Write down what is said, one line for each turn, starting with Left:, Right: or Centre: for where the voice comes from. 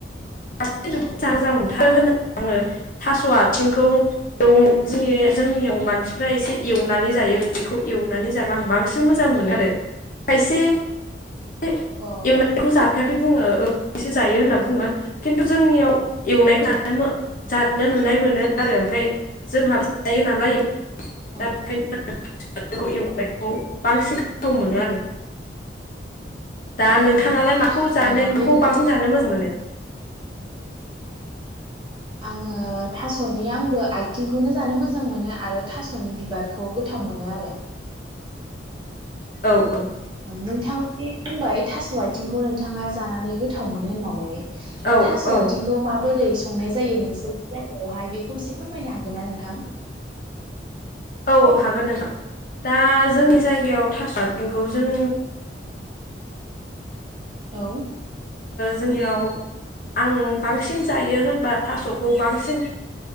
Left: <unintelligible>
Right: औ
Left: आङो
Right: औ
Left: थास' आथिंखौ <unintelligible> जे जोंनियाव मानसिफ्रा एसे एवनानै जायो बेखौ एवनानै जाबा आं बांसिन मोजां मोनो आरो खायसे से
Right: औ
Left: एवनायखौ
Right: औ
Left: जाफेर से बुङो ओंख्रिसो जायो होनना बुङो खिन्थु जोंनियाव एवनायखौ
Right: औ
Left: जानो मो जा नुनाय मोनो आरो ओमफ्राय जोंहाबो जायो नालाय
Right: औ
Left: दा बेखायनो
Right: औ
Left: एवनायखौ बांसिन गोथाव मोनो आरो दा नोंथाङालाय
Right: औ
Left: माखौ जानो
Right: ओ
Left: माखौ
Right: बिदिब्ला
Left: बांसिन जानो मोजां मोनो?
Right: आङो थास'नि आंबो आथिंखौनो जानो मोजां मोनो आरो थास'नि बिबारखौ गोथाव मोनो आरो
Left: औ औ
Right: नोंथाङा बे बुंबाय थास' आथिंखौ नोंथाङा जानानै गोथाव मोनो होननानै
Left: औ
Right: दा थास'
Left: औ
Right: आथिंखौ माबोरै संनाय जायो नोंसोर जायगायावहाय बेखौ एसे फोरमायनो हागोन ना नोंथां?
Left: औ औ हागोन नोंथां दा जोंनि जायगायाव थासारथिंखौ
Right: औ
Left: जों
Right: औ।
Left: जोंनियाव आं बांसिन जायो होनबा थास'खौ बांसिन